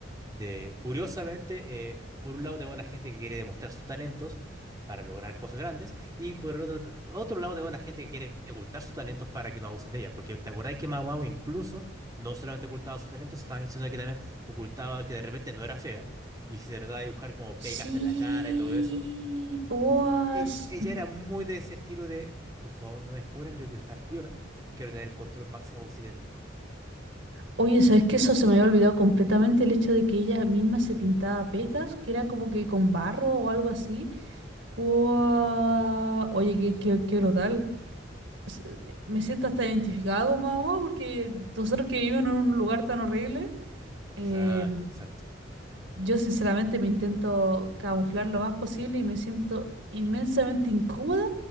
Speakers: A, on the right (about 20°); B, on the right (about 70°).
A: de, curiosamente, eh, por un lado tenemos la gente que quiere demostrar sus talentos para lograr cosas grandes y por otro, otro lado tenemos la gente que quiere ocultar sus talentos para que no abusen de ella. Porque te acordás que Mau Mau incluso no solamente ocultaba sus talentos, sino sino que también ocultaba que de repente no era fea y se trataba de dibujar como
B: Sí,
A: pecas en la cara y todo eso.
B: guas.
A: er- ella era muy de ese estilo de, por favor, no me descubran, yo quiero estar piola, quiero tener el control máximo posible de mi vida.
B: Oye, ¿sabes qué? Eso se me había olvidado completamente el hecho de que ella misma se pintaba pecas, que era como que con barro o algo así. Guau. Oye, qué, qué, qué brutal. S- Me siento hasta identificada con mamá porque nosotros que vivimos en un lugar tan horrible,
A: Exacto,
B: eh,
A: exacto.
B: yo sinceramente me intento camuflar lo más posible y me siento inmensamente incómoda